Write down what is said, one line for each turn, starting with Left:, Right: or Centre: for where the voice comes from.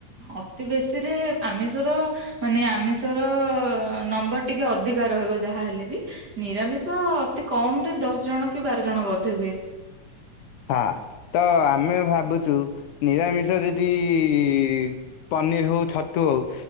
Right: ଅତି ବେଶୀରେ ଆମିଷର। ମାନେ ଆମିଷର ନମ୍ବର ଟିକେ ଅଧିକା ରହିବ ଯାହାହେଲେ ବି। ନିରାମିଷ ଅତି କମ୍ ରେ ଦଶ ଜଣ କି ବାର ଜଣ ବଧେ ହୁଏ।
Left: ହଁ ତ ଆମେ ଭାବୁଛୁ ନିରାମିଷ ଯଦି ଇ-ଇ-ଇ ପନିର୍ ହୋଉ, ଛତୁ ହୋଉ।